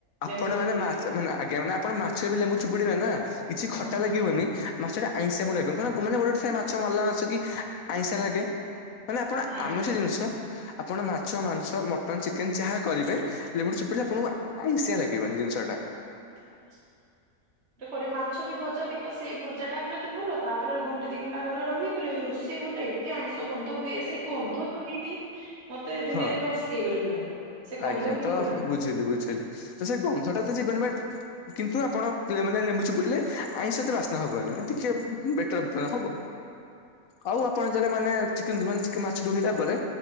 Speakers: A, on the left (about 70°); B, on the right (about 50°).
A: ଆପଣ
B: ଲେମ୍ବୁ
A: ମାନେ
B: ଚିପୁଡି
A: ମାଛ
B: କରିବି
A: ମାନେ ଆଜ୍ଞା ମାନେ ଆପଣ ମାଛ ରେ ବି ଲେମ୍ବୁ ଚିପୁଡିବେ ନା କିଛି
B: ହଁ
A: ଖଟା ଲାଗିବନି। ମାଛଟା ଆଇଁସିଆ ପୁଣି ଲାଗିବନି କାରଣ ଗୋଟେ ଗୋଟେ ମାଛ ମଲା ମାଛ କି ଆଇଁ ସିଆଁ ଲାଗେ। ମାନେ ଆପଣ
B: ଆଇଁ
A: ଆମିଷ ଜିନିଷ ଆପଣ ମାଛ, ମାଂସ, ମଟନ, ଚିକେନ ଯାହା କରିବେ ଲେମ୍ବୁ ଚିପୁଡ଼ ପୁଡିଲେ ଆପଣଙ୍କୁ ଆଇଁସିଆ ଲାଗିବନି ଜିନିଷଟା।
B: <unintelligible> ତ କରେ ମାଛ ବି ଭଜା ଦେଖି ସେଇ ଭଜା ଟାଇମ୍ ରେ ତ ଭଲ ତା ପରେ ଘଣ୍ଟେ ଦି ଘଣ୍ଟା ଘରେ ରହି କଲେ ରୋଷେଇ ଘରଟା ଏତେ ଆଇଁଷ ଗନ୍ଧ। ହୁଏ ସେଇ ଗନ୍ଧ ଶୁଙ୍ଗିକି ମତେ ଧୀରେ
A: ହଁ।
B: ଧୀରେ ଅସକେଇ ଗଲି ପୁରା। ସେ ଗନ୍ଧ
A: ଆଜ୍ଞା
B: ହିଁ
A: ତ
B: ଗଲାନି।
A: ବୁଝିଲି ବୁଝିଲି ତ ସେ ଗଂଧଟା ତ ଯିବନି ବଟ୍ କିନ୍ତୁ ଆପଣ ପିଲାମାନେ ଲେମ୍ବୁ ଚିପୁଡ଼ିଲେ ଆଇଁଷ ହେତେ ବାସ୍ନା ହବନି ମାନେ ଟିକେ ବେଟର ହବ। ଆଉ ଆପଣ ଯଦି ମାନେ ଚି କିନ୍ତୁ ମାନେ ଚିକେନ୍ ମାଛ ଧୋଇଲା ପରେ